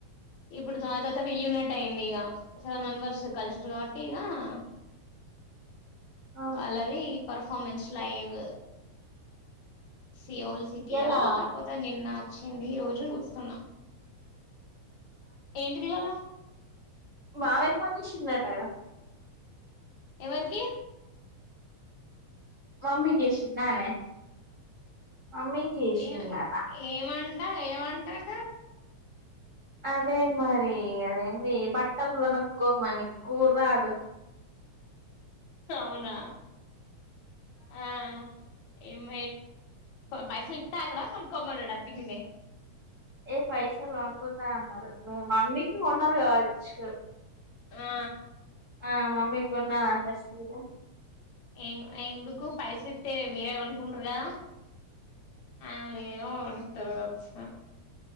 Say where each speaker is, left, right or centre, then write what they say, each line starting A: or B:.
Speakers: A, on the left; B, on the right.
A: ఇప్పుడు చాలా తరువత రి యూనిట్ అయింది ఇగ సెవెన్ మెంబర్స్ కలిసిండ్రు కాబట్టి ఇగా <inaudible>
B: ఆహా
A: వాళ్ళది పర్ఫార్మెన్స్ లైవ్ సియోల్ సిటీలా
B: ఎలా
A: కాకపోతే నిన్న వచ్చింది ఈ రోజు చూస్తున్నా. ఏంటిది ఇవాళ
B: మాామయ్యాకు ఫోన్ చేసిందట కదా
A: ఎవరికి
B: మమ్మీకి చేసిందానే మమ్మీకి చేసిండట
A: ఏ ఏమంట్ ట ఏమంటాడు
B: అదే మరి అదేంది బట్టలుకొనుకోమని కూరదడు
A: అవునా ఆ ఏమ పైసా నితా రడా కొంకమడా పిే
B: ఏ పైసలు పంపుతా అన్నారు మీ మమ్మీకి కొన్నారు కావచ్చు.
A: ఆ
B: ఆ మమ్మీ కి గున్నా <unintelligible>
A: ఎంగ్ ఎందుకు పైసా ఇస్తతే మీరే కొనుకుంటురుగా ఆ లే నోన్ త్వరగా వచ్చిన